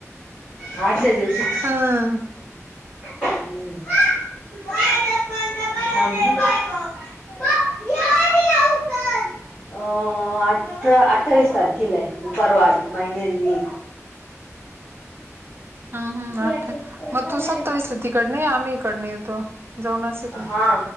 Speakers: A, on the left; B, on the right.
A: आजल्या दिवशीच
B: हम्म
A: हम्म. बाय. <unintelligible> अ अठरा. अठ्ठावीस तारखेला आहे परवा महिन्यांनी.
B: हम्म हम्म आठ
A: याच्यात कोणता
B: मग
A: कलर
B: तू सत्तावीस तिकड नाही आम्ही इकड नाही येतो जाऊन नाशिकला.
A: हा